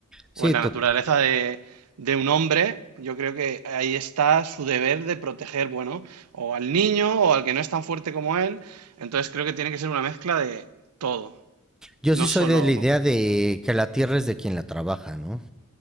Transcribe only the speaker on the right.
o en la
naturaleza de, de un hombre, yo creo que ahí está su deber de proteger, bueno, o al niño o al que no es tan fuerte como él. Entonces creo que tiene que ser una mezcla de todo,
no
solo,